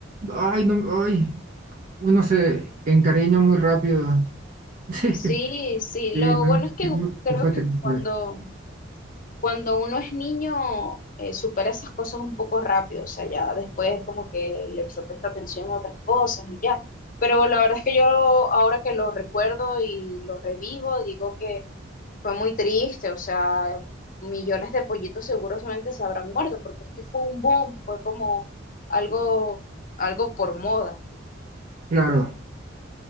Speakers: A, on the right; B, on the left.
A: ay, no, ay, uno se encariña muy rápido. <laughs>
B: Sí, sí,
A: Sí,
B: lo
A: me
B: bueno
A: imagino
B: es que creo
A: que fue
B: que
A: triste.
B: cuando... cuando uno es niño, eh, supera esas cosas un poco rápido, o sea, ya después como que le se presta atención a otras cosas y ya. Pero la verdad es que yo lo- ahora que lo recuerdo y lo revivo, digo que fue muy triste, o sea, millones de pollitos seguramente se habrán muerto, porque es que fue un boom, fue como algo, algo por moda.
A: Claro,